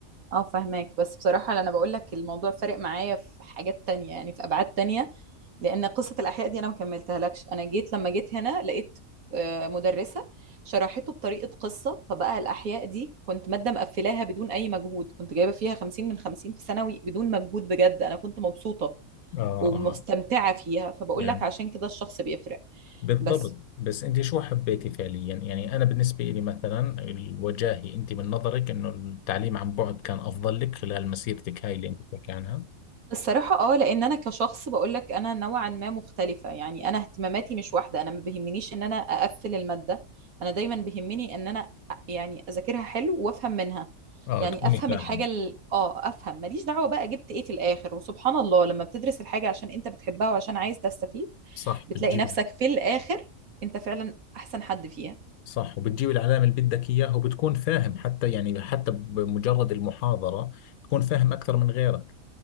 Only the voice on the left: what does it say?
آه
آه
يعني
بالضبط
بس أنت شو حبيتي فعليا يعني أنا بالنسبة لي مثلا الوجاهي أنت من نظرك إنه التعليم عن بعد كان أفضل لك خلال مسيرتك هاي اللي أنت بتحكي عنها
آه
تكوني
فاهم
صح
بتجيب
صح وبتجيب العلامة اللي بدك إياها وبتكون فاهم حتى يعني حتى بمجرد المحاضرة تكون فاهم أكثر من غيرك